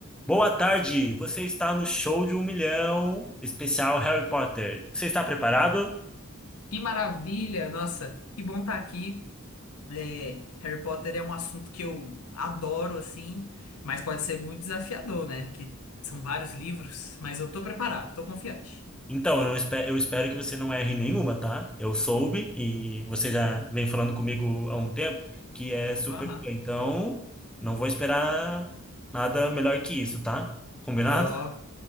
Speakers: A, in the centre; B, on the left.
A: Boa tarde, você está no Show de um Milhão, especial Harry Potter. Você está preparado?
B: Que maravilha! Nossa, que bom estar aqui. É, Harry Potter é um assunto que eu adoro, assim, mas pode ser muito desafiador, né? Que são vários livros, mas eu tô preparado, tô confiante.
A: Então, eu, não espe- eu espero que você não erre nenhuma, tá? Eu soube e você já vem falando comigo há um tempo que é super
B: Aham.
A: fã, então não vou esperar nada melhor que isso, tá? Combinado?
B: Ó,
A: <laughs>